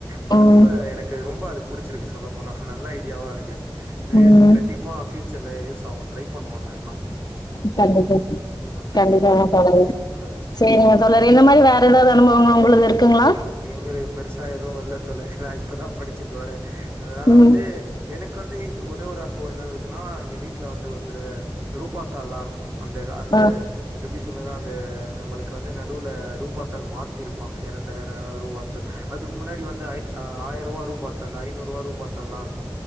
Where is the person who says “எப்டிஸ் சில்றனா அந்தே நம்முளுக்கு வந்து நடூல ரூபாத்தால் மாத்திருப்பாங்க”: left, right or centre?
Right